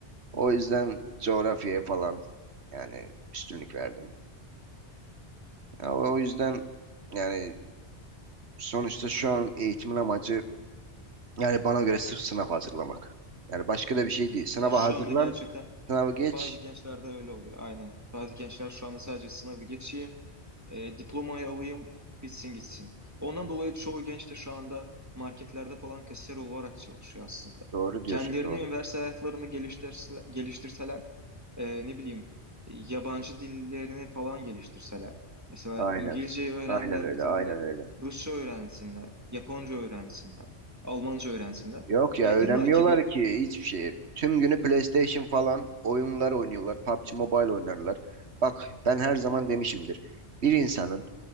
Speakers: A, on the right; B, on the right.
A: O yüzden coğrafyaya falan yani üstünlük verdim. Ya o yüzden yani sonuçta şu an eğitimin amacı yani bana göre sırf sınav hazırlamak. Yani başka da bir şey değil. Sınava
B: Yani şu
A: hazırlan,
B: anda gerçekten
A: sınavı geç.
B: bazı gençlerde öyle oluyor aynen. Bazı gençler şu anda sadece sınavı geçeyim, e, diplomayı alayım, bitsin gitsin. Ondan dolayı çoğu genç de şu anda marketlerde falan kasiyer olarak çalışıyor aslında.
A: Doğru diyorsun,
B: Kendilerini
A: doğru.
B: üniversite hayatlarını geliştirse, geliştirseler e, ne bileyim yabancı dillerini falan geliştirseler. Mesela
A: Aynen.
B: İngilizceyi öğrendiler,
A: Aynen öyle,
B: bitirdiler.
A: aynen öyle.
B: Rusça öğrensinler, Japonca öğrensinler, Almanca öğrensinler.
A: Yok ya
B: Ya
A: öğrenmiyorlar
B: illaki bir
A: ki hiçbir şey. Tüm günü PlayStation falan oyunlar oynuyorlar. PUBG Mobile oynarlar. Bak ben her zaman demişimdir. Bir insanın